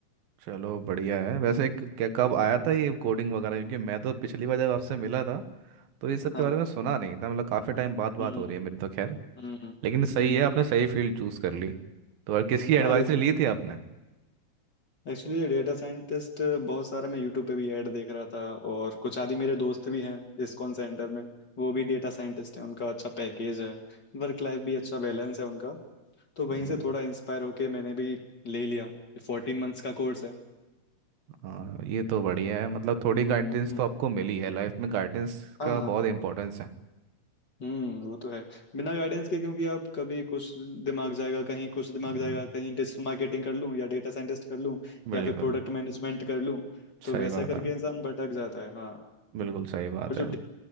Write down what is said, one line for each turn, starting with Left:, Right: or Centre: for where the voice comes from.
Right: चलो बढ़िया है वैसे क- क्या कब आया था ये कोडिंग वगैरह क्योंकि मैं तो पिछली बार जब आपसे मिला था तो ये सब
Left: हाँ
Right: के बारे में सुना नहीं था मतलब काफ़ी टाइम बाद बात
Left: हम्म
Right: हो रही है मेरी तो खैर
Left: हम्म
Right: लेकिन सही
Left: हम्म
Right: है आपने सही फील्ड चूज़ कर ली तो और किसकी एडवाइसरी
Left: हाँ
Right: ली थी आपने
Left: एक्चुअली ये डेटा साइंटिस्ट बहुत सारा मैं यूट्यूब पे भी ऐड देख रहा था और कुछ आदि मेरे दोस्त भी हैं इस्कॉन सेंटर में वो भी डेटा साइंटिस्ट हैं उनका अच्छा पैकेज है वर्क लाइफ भी अच्छा बैलेंस है उनका तो वहीं
Right: हम्म,
Left: से थोड़ा इंस्पायर होके मैंने भी ले लिया फोर्टीन मंथ्स का कोर्स है
Right: हाँ ये तो बढ़िया है मतलब थोड़ी गाइडेंस
Left: हम्म
Right: तो आपको मिली है लाइफ में गाइडेंस
Left: हाँ
Right: का बहुत
Left: हाँ
Right: इंपॉर्टेंस है
Left: हम्म वो तो है बिना गाइडेंस के क्योंकि आप कभी कुछ दिमाग जाएगा कहीं कुछ दिमाग
Right: हम्म,
Left: जाएगा कहीं डिजिटल मार्केटिंग कर लूँ या डेटा साइंटिस्ट कर लूँ
Right: बिल्कुल
Left: या फिर प्रोडक्ट मैनेजमेंट कर लूँ तो
Right: सही
Left: वैसा
Right: बात है
Left: करके इंसान भटक जाता है हाँ
Right: बिल्कुल सही बात
Left: और जो
Right: है